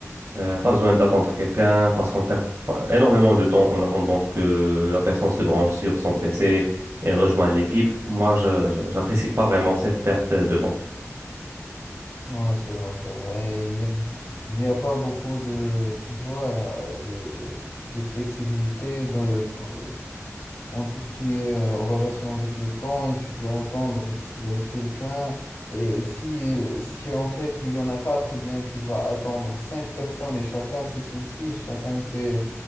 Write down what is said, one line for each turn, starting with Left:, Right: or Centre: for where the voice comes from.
Right: Euh, pas besoin d'attendre quelqu'un parce qu'on perd pas- énormément de temps en attendant que la personne se branche sur son PC et rejoigne l'équipe. Moi, je, je- j'apprécie pas vraiment cette perte de temps.
Left: Ouais, c'est vrai, c'est vrai. Il y a, il y a pas beaucoup de, tu vois, euh, de, de flexibilité dans le- pour- en tout ce qui est euh, en relation avec le temps et tu dois attendre ce- quelqu'un. Et si, si en fait il y en a quatre, eh bien tu vas attendre cinq personnes et chacun ses soucis, chacun ses,